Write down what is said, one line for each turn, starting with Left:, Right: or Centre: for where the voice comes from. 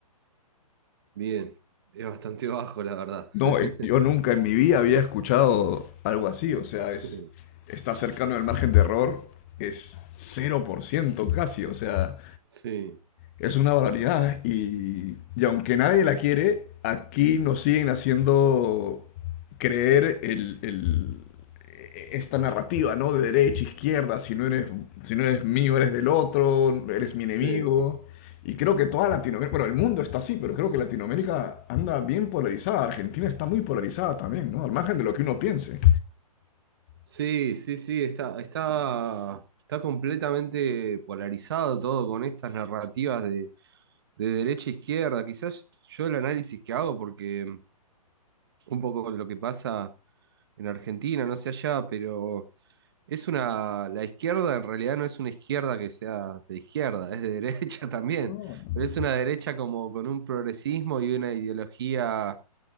Right: Bien, es bastante <laughs> bajo, la verdad.
Left: No,
Right: <laughs>
Left: eh, yo nunca en mi vida había escuchado algo así. O sea,
Right: Sí,
Left: es, está cercano al margen de error, es cero por ciento casi. O sea,
Right: sí,
Left: Es una barbaridad y, y aunque nadie la quiere, aquí nos siguen haciendo creer el, el- esta narrativa, ¿no? De derecha, izquierda, si no eres, si no eres mío, eres del otro, eres mi enemigo.
Right: sí.
Left: Y creo que toda Latinoamérica, bueno, el mundo está así, pero creo que Latinoamérica anda bien polarizada. Argentina está muy polarizada también, ¿no? Al margen de lo que uno piense.
Right: Sí, sí, sí, está, está, está completamente polarizado todo con estas narrativas de, de derecha e izquierda. Quizás yo el análisis que hago, porque un poco lo que pasa en Argentina, no sé allá, pero es una, la izquierda en realidad no es una izquierda que sea de izquierda, es de derecha <laughs> también,
Left: No, no.
Right: pero es una derecha como con un progresismo y una ideología